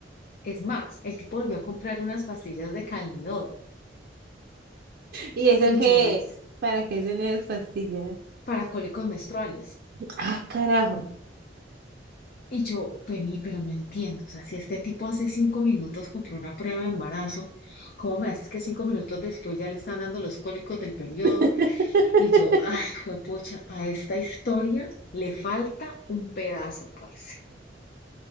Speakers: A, on the left; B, on the right.
A: es más, el tipo volvió a comprar unas pastillas de Calmidol
B: ¿Y eso
A: y
B: qué
A: yo es
B: es? ¿Para qué son esas pastillas?
A: para cólicos menstruales.
B: Ah, carajo.
A: Y yo, vení, pero no entiendo, o sea, si este tipo hace cinco minutos compró una prueba de embarazo, ¿cómo me haces que cinco minutos después ya le están dando los cólicos del periodo?
B: <laughs>
A: Y yo, <laughs> ay, pucha, a esta historia le falta un pedazo, parce.